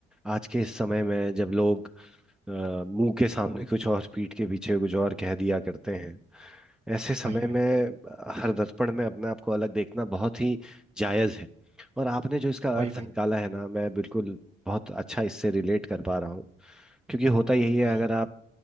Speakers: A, in the centre; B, on the right (about 40°).
A: आज के इस समय में जब लोग अ, मुंह के सामने कुछ और पीठ के पीछे कुछ और कह दिया करते हैं ऐसे समय
B: वही वही
A: में अ, हर दर्पण में अपने आप को अलग देखना बहुत ही जायज है और आपने जो इसका
B: वही
A: अर्थ
B: वही
A: निकाला है ना मैं बिल्कुल बहुत अच्छा इससे रिलेट कर पा रहा हूँ क्योंकि होता यही है
B: वही
A: अगर आप